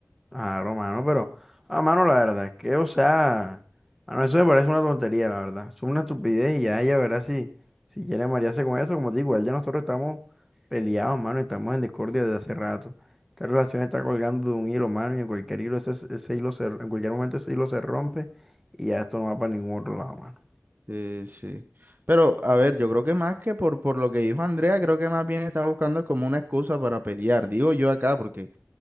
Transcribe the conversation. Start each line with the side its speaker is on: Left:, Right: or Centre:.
Centre: Claro, mano, pero, ah, mano, la verdad es que, o sea, mano, eso me parece una tontería, la verdad. Es una estupidez y ya ella verá si, si quiere marearse con eso. Como te digo, él ya nosotros estamos peleados, mano, y estamos en discordia desde hace rato. Esta relación está colgando de un hilo, mano, y en cualquier hilo ese, ese hilo se, en cualquier momento ese hilo se rompe y ya esto no va para ningún otro lado, mano.
Right: Eh, sí. Pero, a ver, yo creo que más que por, por lo que dijo Andrea, creo que más bien está buscando como una excusa para pelear, digo yo acá, porque